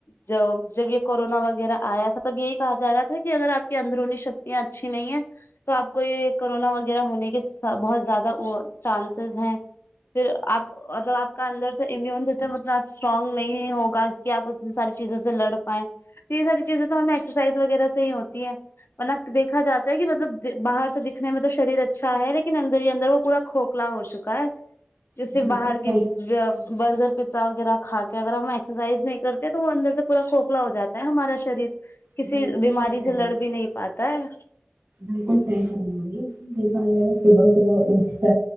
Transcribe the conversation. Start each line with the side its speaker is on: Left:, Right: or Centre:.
Left: جب جب یہ کورونا وغیرہ آیا تھا تب یہی کہا جا رہا تھا کہ اگر آپ کی اندرونی شکتیاں اچھی نہیں ہیں تو آپ کو یہ کرورونا وغیرہ ہونے کے بہت زیادہ چانسز ہیں پھر آپ آپ کا اندر سے امیون سسٹم اتنا اسٹرانگ نہیں ہوگا کہ آپ ان ساری چیزوں سے لڑ پائے تو یہ ساری چیزیں تو ہمیں ایکسرسائز وغیرہ سے ہی ہوتی ہے دیکھا جا ہے کہ مطلب باہر سے دکھنے میں تو شریر اچھا ہے لیکن اندر ہی اندر وہ پورا کھ کلا ہو چکا ہے جسے
Right: بالکل
Left: باہر
Right: صحیح
Left: کی برگر پزا وغیرہ کھا کے اگر ہم ایکسرسائز نہیں کرتے تو وہ اندر سے پورا کھکھلا ہو جاتا ہمارا شریر کسی
Right: بالکل
Left: بیماری
Right: صحیح کہہ
Left: سے لڑ
Right: رہے ہیں
Left: بھی نہیں پاتا ہے
Right: بالکل صحی فرما رہی ہو جی صبح صبح اٹھتا